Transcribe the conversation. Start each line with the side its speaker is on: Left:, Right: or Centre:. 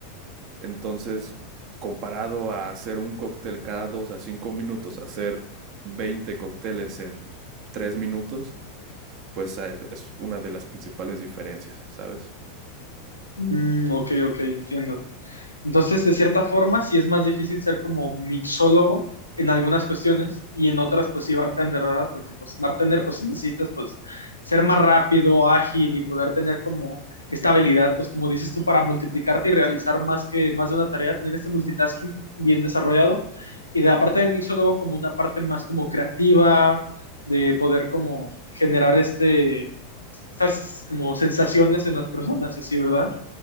Right: Entonces, comparado a hacer un cóctel cada dos a cinco minutos, hacer 20 cócteles en tres minutos, pues es una de las principales diferencias, ¿sabes?
Left: Mm, ok, ok, entiendo. Entonces, de cierta forma, sí es más difícil ser como mixólogo en algunas cuestiones y en otras, pues sí, bartender, ¿verdad? Porque pues bartender, pues sí necesitas, pues, ser más rápido, ágil y poder tener como esta habilidad, pues como dices tú, para multiplicarte y realizar más que más de una tarea, tener este multitasking bien desarrollado. Y de la parte del mixólogo como una parte más como creativa, de poder como generar este estas como sensaciones en las personas, así, ¿verdad?